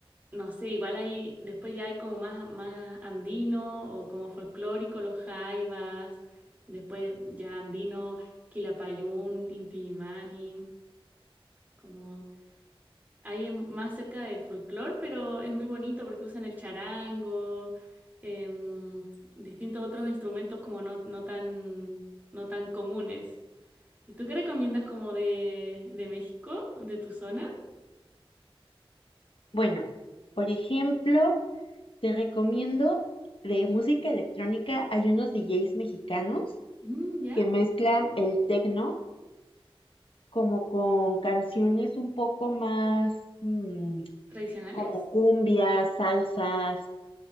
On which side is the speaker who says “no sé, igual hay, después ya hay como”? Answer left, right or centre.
Right